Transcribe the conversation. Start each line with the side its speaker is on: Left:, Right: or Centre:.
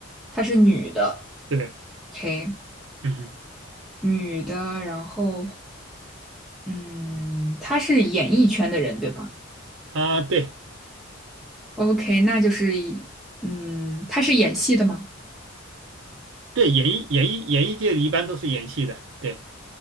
Centre: 他是女的
Right: 对，
Centre: ，OK，
Right: 嗯哼
Centre: 女的。然后，嗯，他是演艺圈的人，对吧
Right: 啊，对
Centre: ？OK，那就是嗯，他是演戏的吗？
Right: 对，演艺演艺演艺界一般都是演戏的，对